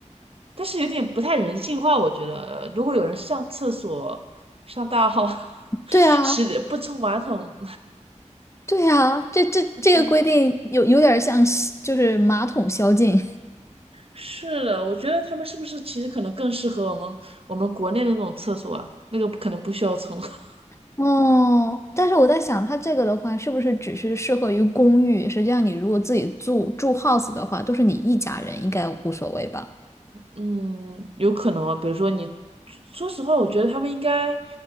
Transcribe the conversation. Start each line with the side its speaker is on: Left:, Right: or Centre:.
Right: 但是有点不太人性化，我觉得，如果有人上厕所上大号，<laughs>
Left: 对啊。
Right: 是不冲马桶，
Left: 对呀，这这这个规定有有点像吸就是马桶宵禁
Right: 好像是的。我觉得他们是不是其实可能更适合我们我们国内的那种厕所啊？那个可能不需要冲，<laughs>
Left: <laughs> 哦。但是我在想，它这个的话，是不是只是适合于公寓？实际上，你如果自己住住 house 的话，都是你一家人，应该无所谓吧？
Right: 嗯，有可能啊。比如说你，说实话，我觉得他们应该